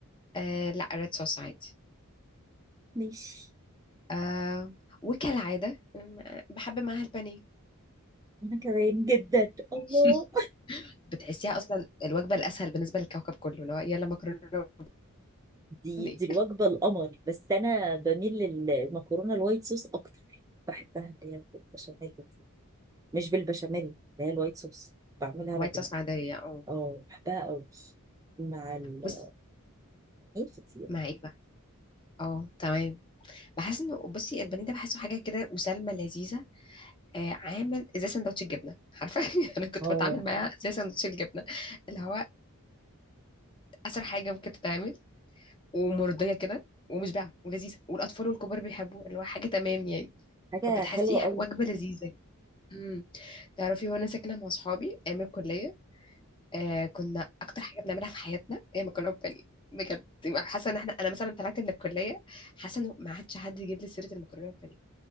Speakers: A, on the left; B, on the right.
A: آه لا ريد صوص عادي
B: ماشي
A: آه وكالعاده م- بحب معاها البانيه
B: انا كمان جدا الله
A: <laughs> بتحسيها اصلا الوجبه الاسهل بالنسبه للكوكب كله اللي هو يلا مكرونه
B: دي
A: بانيه
B: دي الوجبه القمر بس انا بميل للمكرونه الوايت صوص اكتر بحبها اللي هي بالبشاميل دي مش بالبشاميل اللي هي الوايت صوص بعملها
A: وايت
B: انا بال-
A: صوص عاديه اه
B: اه بحبها قوي مع البانيه
A: بص
B: كتير
A: مع ايه بقى اه تمام بحس انه بصي البانيه ده بحسه حاجه كده مسالمه لذيذه آه، عامل زي سندوتش الجبنه عارفه <laughs> انا كنت
B: اه
A: بتعامل معاها زي سندوتش الجبنه اللي هو اسرع حاجه ممكن تتعمل ومرضيه كده ومشبعه ولذيذه والاطفال والكبار بيحبوه اللي هو حاجه تمام يعني
B: حاجه
A: فبتحسيه
B: حلوه
A: ح-
B: قوي
A: وجبه لذيذه امم تعرفي وانا ساكنه مع اصحابي ايام الكليه آه كنا اكتر حاجه بنعملها في حياتنا هي مكرونه بانيه بجد يبقى حاسه ان احنا انا مثلا طلعت من الكليه حاسه ان ما عادش حد يجيب لي سيره المكرونه بانيه